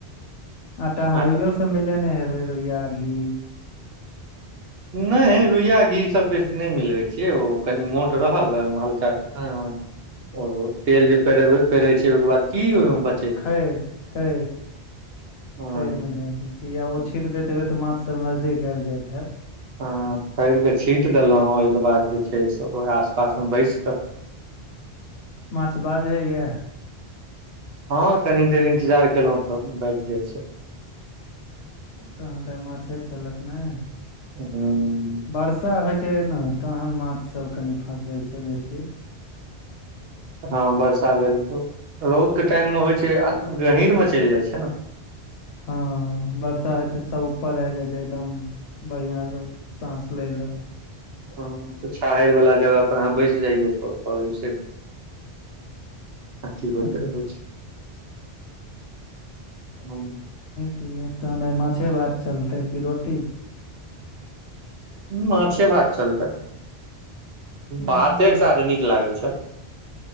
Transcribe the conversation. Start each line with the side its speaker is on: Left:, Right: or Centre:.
Left: आटामे
Right: आटा
Left: रुइयो सभ मिलेन हेबै, रुइया घी।
Right: नहि, रुइय घीसभ बेसी नहि मिलबैत छियै, ओ कनि मोट रहल आ ओहिमे हल्का। हँ, ओ तेल जे पेरब पेरै छै, ओहिके बाद की ओहि बच।
Left: खैर खैर
Right: हँ
Left: खैरमे लै दै छै। किया ओ छीटि दैत हेतै तऽ माछसभ नजदीक आबि जाइत हेतै।
Right: हँ, फेर कऽ छीटि देलौ, ओहिके बाद जे छै से ओहिए आस पासमे बैसि कऽ।
Left: माछ बाजैए।
Right: हँ, कनी देर इंतजार केलौ तऽ भागि जाइ छै।
Left: तहन तऽ माछे छललत ने।
Right: हूं
Left: वर्षा होइ छै न, तहन माछसभ कनि फँसै छै बेसी।
Right: <inaudible> हँ, वर्षा भेल तऽ रौदके टाइममे होइ छै आ गहीरमे चलि जाइ छै न।
Left: हँ वर्षा होइ छै तऽ सभ ऊपर आबि जाइ छै, एकदम बढ़िआँसँ साँस लऽ ले।
Right: हँ तऽ, छाहरवला जगह। अहाँ बैस जइयौ तऽ तब जे छै, अथी होइत
Left: अच्छा
Right: रहै छै। हम्म,
Left: तहन माछे भात चलतै कि रोटी?
Right: माछे भात चलतै,
Left: हूँ
Right: भातेकऽ साथ नीक लागैत छै।